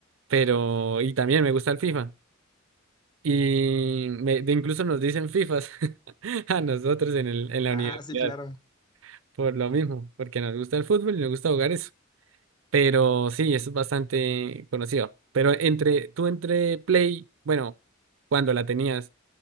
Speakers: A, on the right; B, on the left.
A: Pero, y también me gusta el FIFA. Y me- de incluso nos dicen FIFAs <laughs> a nosotros en el, en la
B: Ah,
A: universidad
B: sí, claro.
A: por lo mismo, porque nos gusta el fútbol y nos gusta jugar eso. Pero sí, eso es bastante conocido. Pero entre tú entre Play, bueno, cuando la tenías